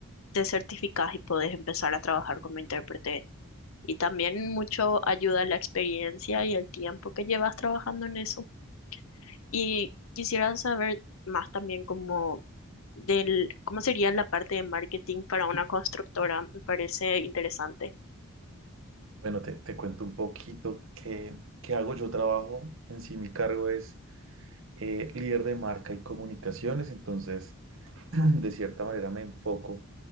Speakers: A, on the left (about 70°); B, on the right (about 60°).
A: te certificas y puedes empezar a trabajar como intérprete. Y también mucho ayuda la experiencia y el tiempo que llevas trabajando en eso. Y quisiera saber más también como del cómo sería la parte de marketing para una constructora. Me parece interesante.
B: Bueno, te, te cuento un poquito qué, qué hago. Yo trabajo en sí, mi cargo es eh, líder de marca y comunicaciones, entonces <clears throat> de cierta manera me enfoco